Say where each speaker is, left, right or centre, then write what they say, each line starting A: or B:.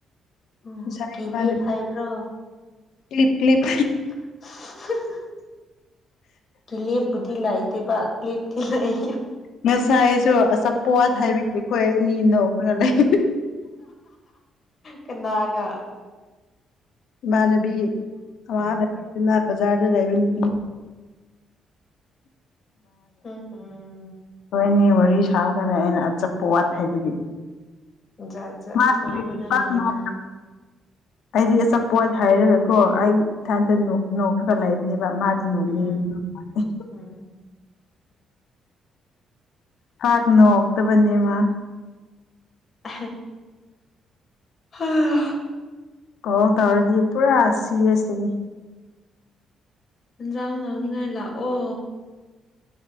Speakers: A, on the left; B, on the left.
A: ꯎꯝ
B: ꯔ
A: ꯀꯤꯂꯤꯞ ꯍꯥꯏꯕ꯭ꯔꯣ
B: ꯀ꯭ꯂꯤꯞ ꯀ꯭ꯂꯤꯞ
A: ꯍꯥ-ꯍꯥ-ꯍꯥ ꯀꯤꯂꯤꯞꯄꯨꯗꯤ ꯂꯩꯇꯦꯕ ꯀꯂꯤꯞꯇꯤ ꯂꯩ
B: ꯉꯁꯥꯏꯁꯨ ꯑꯆꯥꯄꯣꯠ ꯍꯥꯏꯕꯒꯤ ꯑꯩꯈꯣꯏ ꯑꯅꯤ ꯅꯣꯛꯂꯒ ꯂꯩ
A: ꯀꯅꯥꯒ
B: ꯏꯃꯥꯟꯅꯕꯤ ꯑꯃ
A: ꯑꯣ
B: ꯅꯨꯄꯤꯗꯨꯅ ꯕꯖꯥꯔꯗ ꯂꯩꯕ ꯅꯨꯄꯤ
A: ꯍꯝ ꯍꯝ
B: ꯍꯣꯏꯅꯤ ꯋꯥꯔꯤ ꯁꯥꯕꯒꯥꯟꯅ ꯑꯩꯅ ꯑꯆꯞꯄ ꯋꯥꯠ ꯍꯥꯏꯕꯒꯤ꯫
A: ꯖꯥꯠ ꯖꯥꯠ
B: ꯃꯥ
A: ꯊꯣꯛꯄꯗꯅ
B: ꯄꯥꯛ
A: ꯅꯨꯡꯉꯥꯏ꯫
B: ꯅꯣꯛ ꯑꯩꯗꯤ ꯑꯆꯥꯄꯣꯠ ꯍꯥꯏꯔꯒꯀꯣ ꯑꯩ ꯏꯊꯟꯇ ꯅꯣꯛ ꯅꯣꯛꯒ ꯂꯩꯕꯅꯦꯕ꯫ ꯃꯥꯗꯤ ꯅꯣꯡꯅꯤꯡꯉ
A: ꯎꯝ
B: ꯃꯥ <unintelligible>
A: ꯎꯝ
B: ꯄꯥꯛ ꯅꯣꯛꯇꯕꯅꯤ ꯃꯥ
A: ꯎ <inaudible> ꯍꯥꯥ <inaudible>
B: ꯀꯣ ꯇꯧꯔꯗꯤ ꯄꯨꯔꯥ ꯁꯤꯔꯤꯌꯥ꯭ꯁꯇꯅꯤ꯫
A: ꯏꯟꯖꯥꯡ ꯂꯧꯅꯤꯡꯉꯥꯏ ꯂꯥꯛꯑꯣ꯫